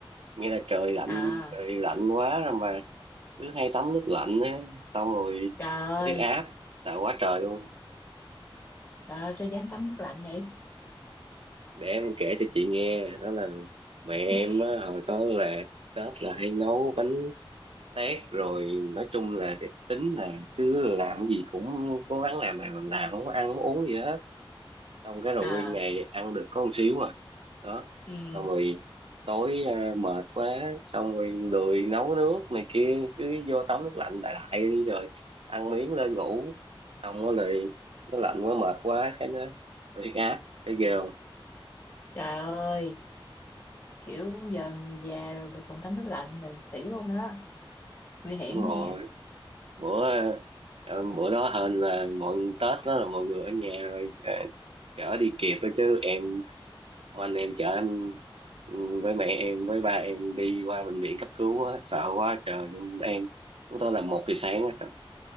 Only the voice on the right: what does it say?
Nghĩa là trời lạnh,
trời lạnh quá rồi mà cứ hay tắm nước lạnh á. Xong rồi
huyết áp, tạo quá trời luôn.
Để em kể cho chị nghe, đó là mẹ em
á, hồi đó là Tết là hay nấu bánh tét rồi nói chung là cái tính là cứ làm cái gì cũng cố gắng làm làm làm làm không có ăn không có uống gì hết xong cái rồi
nguyên ngày ăn được có một xíu mà đó
xong rồi tối à, mệt quá xong rồi lười nấu nước này kia cứ vô tắm nước lạnh đại đại đi rồi ăn miếng lên ngủ xong rồi lại- nó lạnh quá mệt quá cái nó nó huyết áp thấy ghê không
đúng rồi
bữa ờ, bữa đó hên là mọi Tết đó là mọi người ở nhà rồi ờ, chở đi kịp đó chứ em ông anh em chở em ừ, với mẹ em với ba em đi qua bệnh viện cấp cứu á sợ quá trời luôn em chúng tôi là một giờ sáng á trời